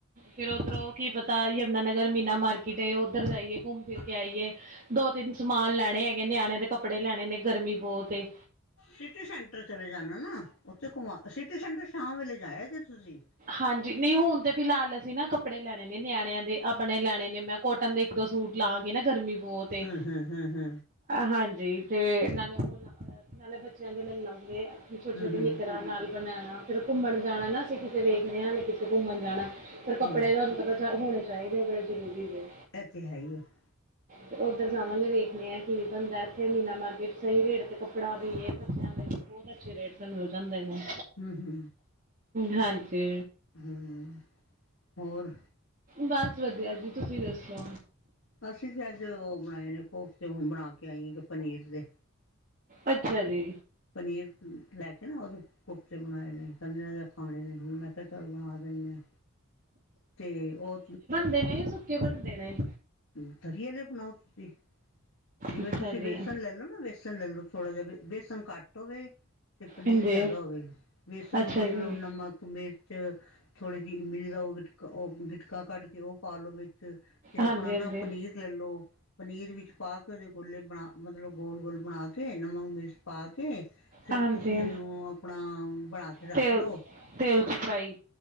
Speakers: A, on the right (about 40°); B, on the left (about 70°).
A: ਫੇਰ ਉੱਧਰੋਂ ਕੀ ਪਤਾ ਯਮੁਨਾ ਨਗਰ ਮੀਨਾ ਮਾਰਕੀਟ ਉੱਧਰ ਜਾਈਏ। ਘੁੰਮ ਫਿਰ ਕੇ ਆਈਏ ਦੋ ਤਿੰਨ ਸਮਾਨ ਲੈਣੇ ਹੈਗੇ ਨਿਆਣੇ ਦੇ ਕੱਪੜੇ ਲੈਣੇ ਨੇ ਗਰਮੀ ਬਹੁਤ ਏ।
B: ਸਿਟੀ ਸੈਂਟਰ ਚਲੇ ਜਾਣਾ ਨਾ ਉੱਥੇ ਘੁਮਾ ਸਿਟੀ ਸੈਂਟਰ ਸ਼ਾਮ ਵੇਲੇ ਜਾਇਆ ਜੇ ਤੁਸੀਂ।
A: ਹਾਂਜੀ ਨਹੀਂ ਹੁਣ ਤੇ ਫਿਲਹਾਲ ਅਸੀਂ ਨਾ ਕੱਪੜੇ ਲੈਣੇ ਨੇ ਨਿਆਣਿਆਂ ਦੇ ਆਪਣੇ ਲੈਣੇ ਨੇ ਮੈਂ ਕੋਟਨ ਦੇ- ਦੋ ਸੂਟ ਲਾਗੇ ਨਾ ਗਰਮੀ ਬਹੁਤ- ਏ
B: ਹੂੰ ਹੂੰ ਹੂੰ ਹੂੰ।
A: ਹਾਂਜੀ ਤੇ ਨਾਲੇ ਉਹ <inaudible> ਨਾਲੇ ਬੱਚਿਆਂ ਦੇ ਲੈ ਲਾਂਗੇ ਛੋਟੀ-ਛੋਟੀ
B: ਹੂੰ ਹੂੰ
A: ਨਿਕਰਾਂ ਨਾਲ- ਬਨੇਨਾ ਫਿਰ ਘੁੰਮਣ ਜਾਣਾ ਨਾ ਅਸੀਂ ਕਿਤੇ ਵੇਖ ਰਹੇ ਹਾਂ ਕਿਤੇ ਘੁੰਮਣ ਜਾਣਾ ਫਿਰ ਕੱਪੜੇ
B: ਹੂੰ
A: ਤੁਹਾਨੂੰ ਪਤਾ- ਹੋਣੇ ਚਾਹੀਦੇ ਉਹ ਬੜੇ ਜ਼ਰੂਰੀ ਨੇ।
B: ਇਹ ਤੇ ਹੈ ਈ ਐ। <inaudible>
A: ਤੇ ਓਧਰ ਜਾਵਾਂਗੇ ਵੇਖਦੇ ਆ ਕੀ ਬਨਦਾ ਇੱਥੇ ਮੀਨਾ ਮਾਰਕੀਟ ਸਈ ਰੇਟ ਤੇ ਕੱਪੜਾ ਵੀ ਏ ਬੱਚੇਆਂ ਦੇ ਬੋਤ ਅੱਛੇ ਰੇਟ ਤੇ ਮਿਲ ਜਾਂਦੇ ਨੇ।
B: ਹੂੰ, ਹੂੰ।
A: ਹਾਂਜੀ।
B: ਹੂੰ, ਹੋਰ
A: ਬਸ ਵਧੀਆ ਜੀ ਤੁਸੀਂ ਦੱਸੋ।
B: ਅਸੀਂ ਵੀ ਅੱਜ ਓ ਬਣਾਏ ਨੇ ਕੋਫਤੇ ਹੁਣ ਬਣਾ ਕੇ ਆਈ ਆਂ ਪਨੀਰ ਦੇ।
A: ਅੱਛਾ ਜੀ।
B: ਪਨੀਰ ਲੈ ਕੇ ਨਾ ਓਦੇ ਕੋਫਤੇ ਬਣਾਏ ਨੇ ਕੈਂਦੇ ਅੱਜ ਐ ਖਾਣੇ ਨੇ। ਮੈਂ ਕੇਆ ਚੱਲ ਬਣਾ ਦੇਨੇ ਆ ਤੇ ਓ
A: ਦੇ ਨੇ ਸੁੱਕੇ ਬਣਦੇ ਨੇ?
B: ਹੂੰ, ਤਰੀ ਆਲੇ ਬਨਾਓ ਤੁਸੀਂ। ਜਿਵੇਂ
A: ਅੱਛਾ
B: ਤੁਸੀਂ
A: ਜੀ
B: ਬੇਸਣ ਲੈ ਲੋ ਨਾ, ਵੇਸਣ ਲੈ ਲੋ ਥੋੜ੍ਹਾ ਜਾ ਬੇਸਣ ਘੱਟ ਹੋਵੇ। ਤੇ ਪਨੀਰ
A: ਹਾਂਜੀ
B: ਜਾਦਾ ਹੋਵੇ ਬੇਸਣ
A: ਅੱਛਾ
B: ਨੂੰ ਮਤਲਬ
A: ਜੀ
B: ਨਮਕ, ਮਿਰਚ ਥੋੜ੍ਹੀ ਜੀ ਇਮਲੀ ਦਾ ਓ ਗਿਟਕਾ ਓ ਗਿਟਕਾ ਕੱਢ ਕੇ ਓ ਪਾ ਲੋੋ ਵਿੱਚ ਤੇ ਆਪਣਾ
A: ਹਾਂਜੀ
B: ਨਾ
A: ਹਾਂਜੀ
B: ਪਨੀਰ ਲੈ ਲੋ ਪਨੀਰ ਵਿੱਚ ਪਾ ਕੇ ਓਦੇ ਗੋਲੇ ਬਣਾ ਮਤਲਬ ਗੋਲ-ਗੋਲ ਬਣਾ ਕੇ ਨਮਕ ਮਿਰਚ ਪਾ ਕੇ ਫੇਰ
A: ਹਾਂਜੀ
B: ਤੁਸੀਂ ਓਨੂੰ ਆਪਣਾ ਬਣਾ ਕੇ ਰੱਖ
A: ਤੇਲ
B: ਲੋ।
A: ਤੇਲ 'ਚ ਫਰਾਈ